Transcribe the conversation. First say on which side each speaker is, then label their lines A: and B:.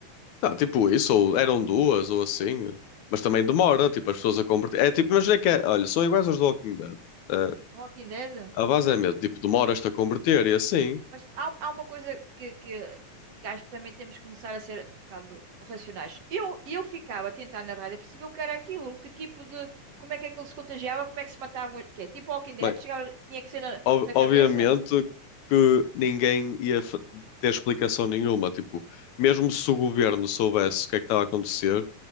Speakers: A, on the left (about 75°); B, on the right (about 55°).
A: tá, tipo isso, ou eram duas, ou assim, mas também demora, tipo, as pessoas a converter. É tipo, imagina que é, olha, são iguais aos do Walking Dead. Ah,
B: Walking Dead?
A: a base é mesmo, tipo, demoras-te a converter e assim.
B: Mas, mas há, há uma coisa que, que, que acho que também temos que começar a ser um bocado racionais. Eu, eu ficava a tentar na rádio perceber o que era aquilo, que tipo de, como é que aquilo se contagiava, como é que se matavam, que é tipo Walking Dead,
A: Bem,
B: chegava, tinha que ser na,
A: ob-
B: na
A: obviamente
B: cabeça.
A: que ninguém ia fa- ter explicação nenhuma, tipo, mesmo se o governo soubesse o que é que estava a acontecer,